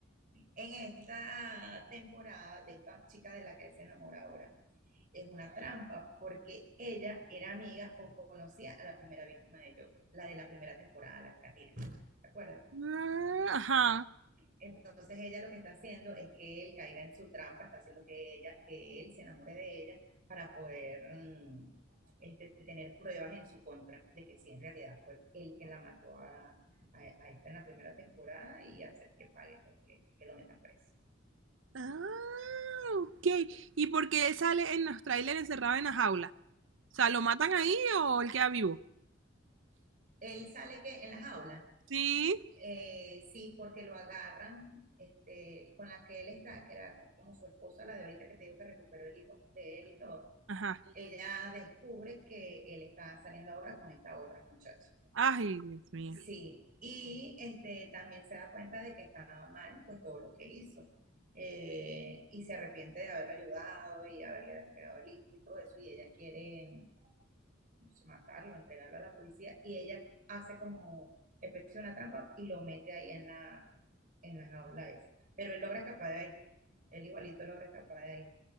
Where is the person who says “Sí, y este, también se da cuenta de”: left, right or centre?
Right